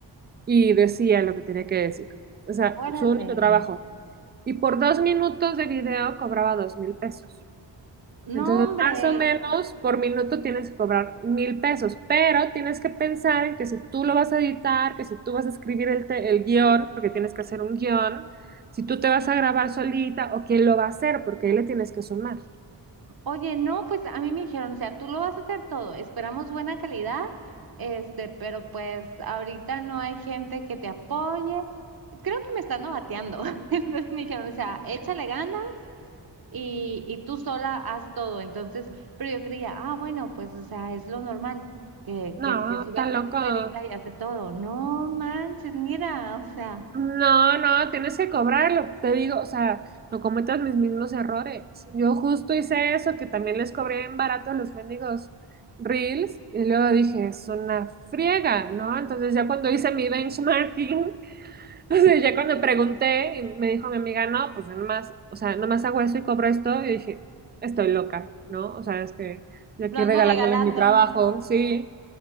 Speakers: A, on the right; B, on the right.
A: y decía lo que tenía que decir. O sea,
B: Órale.
A: su único trabajo. Y por dos minutos de video cobraba dos mil pesos.
B: No,
A: Entonces,
B: hombre.
A: más o menos por minuto tienes que cobrar mil pesos, pero tienes que pensar en que si tú lo vas a editar, que si tú vas a escribir el, te- el guión, porque tienes que hacer un guión, si tú te vas a grabar solita o quién lo va a hacer, porque ahí le tienes que sumar.
B: Oye, no, pues a mí me dijeron, o sea, tú lo vas a hacer todo. Esperamos buena calidad, este, pero pues ahorita no hay gente que te apoye. Creo que me están novateando. <laughs> Entonces me dijeron, o sea, échale ganas y, y tú sola haz todo. Entonces, pero yo creía, ah, bueno, pues, o sea, es lo normal, que,
A: No,
B: que el que sube
A: está
B: el
A: loco.
B: video edita y hace todo. No manches, mira, o sea,
A: No, no, tienes que cobrarlo, te digo, o sea, no cometas mis mismos errores. Yo justo hice eso, que también les cobré en barato los mendigos Reels, y luego dije, es una friega, ¿no? Entonces ya cuando hice mi benchmarking, <laughs> O sea, ya cuando pregunté, y me dijo mi amiga, no, pues yo nomás, o sea, nomás hago eso y cobro esto. Y dije, estoy loca, ¿no? O sea, es que yo aquí
B: lo ando
A: regalándoles
B: regalando.
A: mi trabajo, sí.